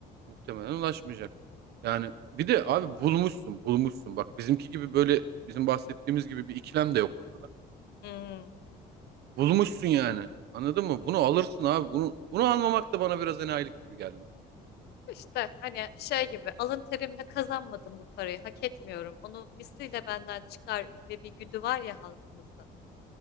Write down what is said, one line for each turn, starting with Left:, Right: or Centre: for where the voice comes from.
Right: Muhtemelen ulaşmayacak. Yani bir de abi bulmuşsun bulmuşsun. Bak bizimki gibi böyle bizim bahsettiğimiz gibi bir ikilem de yok ortada.
Left: Hmm.
Right: Bulmuşsun yani. Anladın mı? Bunu alırsın abi. Bunu, bunu almamak da bana biraz enayilik gibi geldi.
Left: İşte hani şey gibi alın terimle kazanmadım bu parayı hak etmiyorum. Onu misliyle benden çıkar gibi bir güdü var ya halkımızda.